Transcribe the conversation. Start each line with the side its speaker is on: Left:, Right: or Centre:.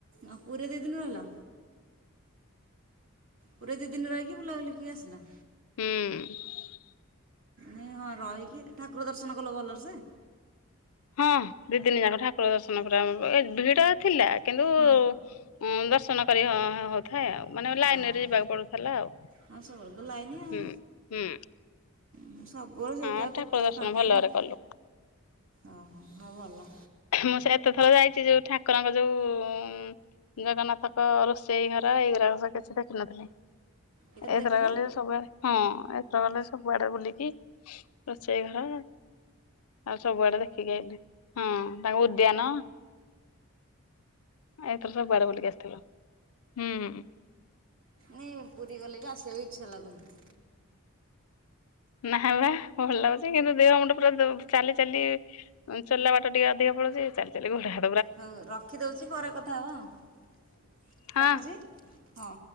Right: ଆଉ ପୁରୀ ଦି ଦିନ ରହିଲ? ପୁରୀରେ ଦି ଦିନ ରହିକି ବୁଲାବୁଲିି କରି ଆସିଲ।
Left: ହୁଁ।
Right: ନାଇଁ ହଁ ରହିକି ଠାକୁର ଦର୍ଶନ କଲ। ଭଲର ସେ?
Left: ହଁ ଦି ଦିନ ଯାକ ଠାକୁର ଦର୍ଶନ ପୁରା ଏ ଭିଡ ଥିଲା। କିନ୍ତୁ ଉଁ
Right: ହଁ
Left: ଦର୍ଶନ କରି ହ ହଉଥ ହେ ଆଉ ମାନେ ଲାଇନରେ
Right: ହଁ ହଁ
Left: ଯିବାକୁ ପଡୁଥିଲା ଆଉ।
Right: ହଁ ସବୁବେଳେ ତ ଲାଇନି ଆଉ
Left: ହୁଁ ହୁଁ।
Right: ମୁଁ ସବୁବେଳେ ସେଇଟା
Left: ହଁ
Right: ଆଉ
Left: ଠାକୁର
Right: କେତେବେଳେ
Left: ଦର୍ଶନ
Right: ଫାଙ୍କା
Left: ଭଲରେ
Right: କି।
Left: କଲୁ
Right: ଓହୋ ହଉ ଭଲ।
Left: ମୁଁ ସେ ଏତେଥର ଯାଇଚି ଯୋଉ ଠାକୁରଙ୍କ ଯୋଉ ଉଁ ଜଗନ୍ନାଥଙ୍କ ରୋଷେଇ ଘର ଏଇଗୁରାକ ସ କିଛି ଦେଖିନଥିଲି।
Right: ଏଥର
Left: ଏଇଥର
Right: ଦେଖିଲ
Left: ଗଲି ସବୁଆଡେ। ହଁ ଏଥର ଗଲେ ସବୁଆଡେ ବୁଲିକି ରୋଷେଇ ଘର ଆଉ ସବୁଆଡେ ଦେଖିକି ଆଇଲି। ତାଙ୍କ ଉଦ୍ୟାନ ଏଥର ସବୁ ଆଡେ ବୁଲିକି ଆସିଥିଲୁ। ହୁଁ।
Right: ନାଇଁ ପୁରୀ ଗଲେ ବି ଆସିଆକୁ ଇଚ୍ଛା ଲାଗୁନି।
Left: ନା ବା ଭଲ ଲାଗୁଚ୍ କିନ୍ତୁ ଦେହ ମୁଣ୍ଡ ପୁରା ଦ ଚାଲି ଚାଲି ଉଁ ଚଲା ବାଟ ଟିକେ ଅଧିକ ପଳୁଚି। ଚାଲି ଚାଲି ଗୋଡ ହାତ୍
Right: ହଉ ରଖିଦଉଚି ପରେ କଥା ହବା ଆଉ।
Left: ହଁ।
Right: ରଖୁଚି? ହଁ।